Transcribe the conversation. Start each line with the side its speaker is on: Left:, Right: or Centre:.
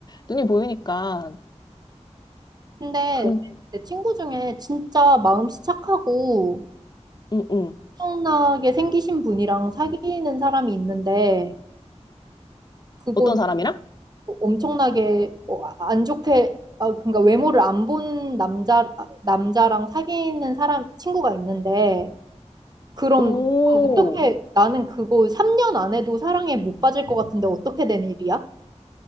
Left: 눈이 보이니까
Right: 근데
Left: 그,
Right: 내 친구 중에 진짜 마음씨 착하고
Left: 응, 응.
Right: 엄청나게 생기신 분이랑 사귀는 사람이 있는데, 그건
Left: 어떤 사람이랑?
Right: 엄청나게 어, 아, 안 좋게 어, 그러니까 외모를 안 본 남자 아, 남자랑 사귀는 사람 친구가 있는데 그럼
Left: 오,
Right: 어떻게 나는 그거 3년 안 해도 사랑에 못 빠질 것 같은데 어떻게 된 일이야?